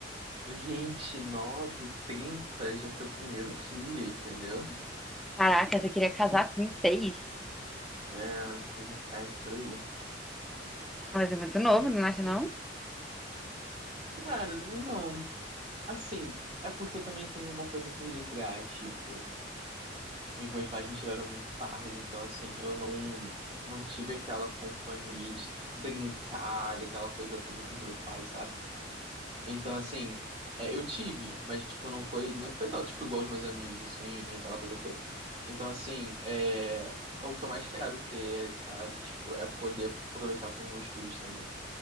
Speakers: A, on the right (about 30°); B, in the centre.
A: 29 30 já ter o primeiro filho, entendeu?
B: caraca, você queria casar com 26?
A: É, seja um site por aí.
B: Ah, mas é muito novo, não acha não?
A: Cara, não. Assim, é porque também tem uma coisa por detrás, tipo, os meus pais me tiveram muito tarde, então assim, eu não não tive aquela companhia de brincar, daquela coisa toda com os meus pais, sabe? Então assim, é, eu tive, mas tipo, não foi, não foi tão tipo igual os meus amigos, assim, aquela coisa toda. Então assim, é, é o que eu mais quero ter, sabe? Tipo, é poder aproveitar com meus filhos também.